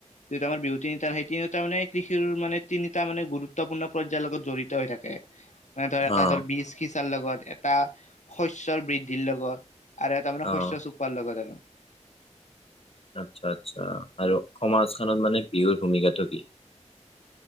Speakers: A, on the left; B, on the left.
A: যিহেতু আমাৰ বিহু তিনিটা সেই তিনিটা মানে কৃষিৰ মানে তিনিটা মানে গুৰুত্বপূৰ্ণ পৰ্যায়ৰ লগত জড়িত হৈ থাকে। মানে ধৰ এটা
B: অ',
A: ধৰ বিশ তাৰ লগত এটা শস্যৰ বৃদ্ধিৰ লগত আৰু এটা মানে শস্য
B: অ'।
A: চপোৱাৰ লগত আৰু।
B: আচ্ছা আচ্ছা, আৰু সমাজখনত মানে বিহুৰ ভূমিকাটো কি? <inaudible>